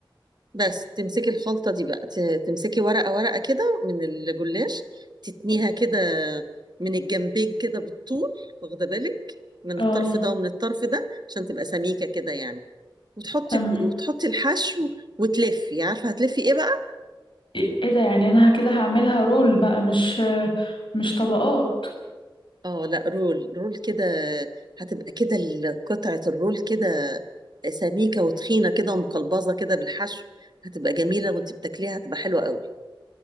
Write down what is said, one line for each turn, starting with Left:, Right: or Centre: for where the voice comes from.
Right: بس تمسكي الخلطة دي بقى ت- تمسكي ورقة ورقة كده من الجلاش تتنيها كده من الجنبين كده بالطول واخدة بالك من
Left: اه
Right: الطرف ده ومن الطرف ده عشان تبقى سميكة كده يعني وتحطي
Left: تمام
Right: وتحطي الحشو وتلفي عارفة هتلفي ايه بقى؟
Left: ايه إيه ده يعني انا كده هعملها رول بقى مش مش طبقات
Right: اه لا رول رول كده هتبقى كده ال- قطعة الرول كده سميكة وتخينة كده ومقلبظة كده بالحشو هتبقى جميلة وانت بتاكليها هتبقى حلوة قوي